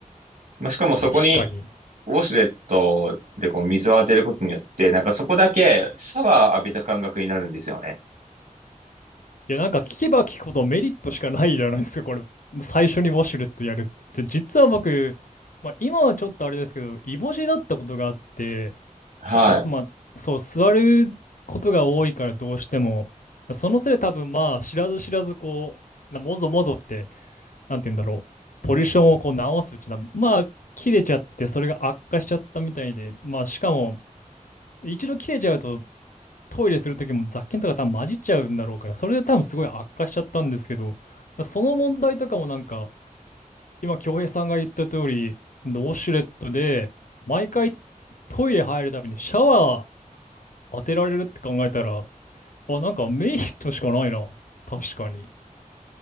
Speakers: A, on the right; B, on the left.
A: まあ、しかもそこに
B: ー、確かに。い
A: ウォシュレットでこう水を当てることによって、なんかそこだけシャワー浴びた感覚になるんですよね。
B: や、なんか聞けば聞くほどメリットしかないじゃないですか、これ。最初にウォシュレットやるって。実は僕、まあ、今はちょっとあれですけど、イボ痔だったことがあって、
A: はい。
B: なんか、まあ、そう、座ることが多いからどうしても、そのせいで多分まあ、知らず知らずこう、なもぞもぞって、なんて言うんだろう、ポジションをこう直すうちな、まあ、切れちゃって、それが悪化しちゃったみたいで、まあ、しかも、一度切れちゃうと、トイレするときも雑菌とか多分混じっちゃうんだろうから、それで多分すごい悪化しちゃったんですけど、その問題とかもなんか、今、京平さんが言った通り、ウォシュレットで、毎回トイレ入るたびにシャワー当てられるって考えたら、あ、なんかメリットしかないな。確かに。